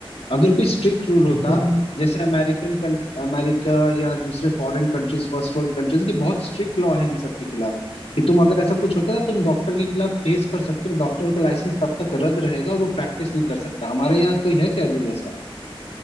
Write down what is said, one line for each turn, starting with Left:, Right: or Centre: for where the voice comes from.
Left: अगर कोई स्ट्रिक्ट रूल होता
Right: बिल्कुल भी नहीं
Left: जैसे अमेरिकन अमेरिका या दूसरे foreign countries first world countries की बहुत स्ट्रिक्ट लॉ है इन सब के खिलाफ कि तुम अगर ऐसा कुछ होता है ना तुम डॉक्टर के खिलाफ केस कर सकते हो डॉक्टर का लाइसेंस तब तक रद्द रहेगा और वो प्रैक्टिस नहीं कर सकता हमारे यहाँ कोई है क्या रूल ऐसा